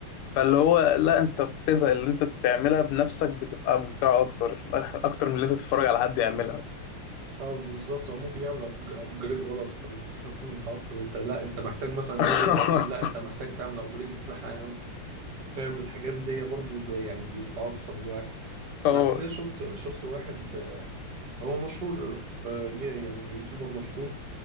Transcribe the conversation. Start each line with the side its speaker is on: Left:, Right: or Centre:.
Left: فاللي هو لا انت بتزهق اللي انت بتعملها بنفسك بتبقى ممتعة اكتر اكتر من اللي انت تتفرج على حد يعملها
Right: اه بالظبط او ممكن يعمل ابجريد غلط فانا <laughs> اكون متعصب انت لا انت محتاج مثلا
Left: <laughs>
Right: ماجيك اهم لا انت محتاج تعمل ابجريد لسلاح اهم فاهم الحاجات دي برضه ب- يعني بتعصب الواحد
Left: اه
Right: انا قبل كده شفت شفت واحد آه، هو مشهور آه، جه يعني يوتيوبر مشهور